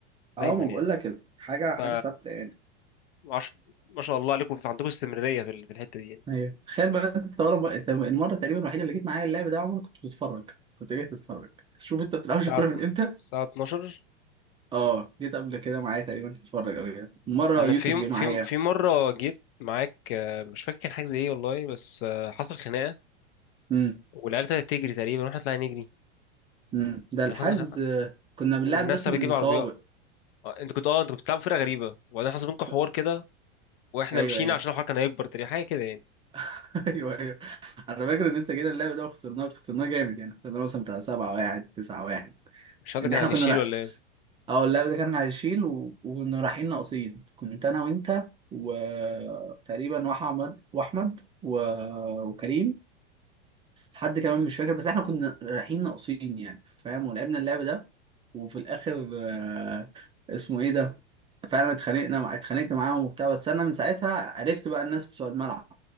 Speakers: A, on the left; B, on the right.
A: دايما
B: اه ما
A: يعني
B: بقول لك حاجه حاجه
A: ف
B: ثابته يعني
A: عش... ما شاء الله عليكم عندكم استمراريه في ال- في الحته دي يعني
B: ايوه تخيل بقى انت ورا بقى انت المره تقريبا الوحيده اللي جيت معايا اللعب ده يا عمر كنت بتتفرج كنت جاي تتفرج شوف انت ما بتلعبش
A: الساعه
B: الكوره
A: اتن-
B: من امتى
A: الساعه 12
B: اه جيت قبل كده معايا تقريبا تتفرج او كده مره
A: انا
B: يوسف
A: في يوم-
B: جه
A: في
B: معايا
A: يوم- في مره جيت معاك آه، مش فاكر كان حاجه زي ايه والله بس آه، حصل خناقه
B: امم
A: والعيال ابتدت تجري تقريبا واحنا طلعنا نجري
B: امم ده الحجز
A: كان حصل خناقة.
B: آه، كنا
A: والناس
B: بنلعب ناس من
A: بتجيب
B: الطوابق
A: عربيات آه، انتوا كنتوا اه انتوا كنتوا بتلعبوا فرقه غريبه وبعدين حصل بينكم
B: ك-
A: حوار كده واحنا
B: ايوه
A: مشينا
B: ايوه
A: عشان الحوار كان هيكبر تقريبا حاجه كده يعني
B: <laughs> ايوه ايوه انا فاكر ان انت جينا اللعب ده وخسرناه خسرناه جامد يعني خسرناه مثلا بتاع 7 1 9 1
A: مش عارف
B: ان
A: ده كان
B: احنا
A: على
B: كنا
A: الشيل ولا ايه
B: اه اللاعب ده كان هيشيل و... وكنا رايحين ناقصين كنت انا وانت وتقريبا واحمد واحمد و... وكريم حد كمان مش فاكر بس احنا كنا رايحين ناقصين يعني فاهم ولعبنا اللعب ده وفي الاخر آه، اسمه ايه ده فعلا اتخانقنا مع... اتخانقت معاهم وبتاع بس انا من ساعتها عرفت بقى الناس بتوع الملعب